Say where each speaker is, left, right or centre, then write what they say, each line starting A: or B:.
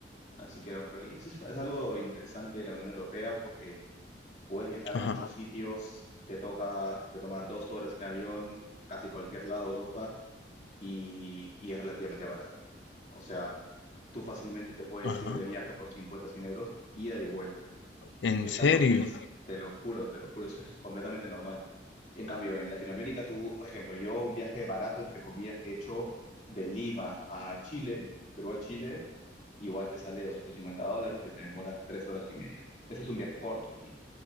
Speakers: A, on the left; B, on the left.
A: así que vamos por ahí. Eso es, es algo interesante de la Unión Europea porque puedes viajar a
B: ajá,
A: muchos sitios, te toca, te toma dos horas en avión, a casi cualquier lado de Europa, y, y es relativamente barato. O sea, tú fácilmente te puedes
B: ajá.
A: ir de viaje por 50, 100 euros, ida y vuelta,
B: ¿En
A: que es
B: serio?
A: algo que, te lo juro, te lo juro, eso es completamente normal. En cambio, en Latinoamérica, tú, por ejemplo, yo un viaje barato, entre comillas, que he hecho de Lima a Chile, Perú a Chile, igual te sale 250 dólares y te demoras tres horas y media. Ese es un viaje corto aquí.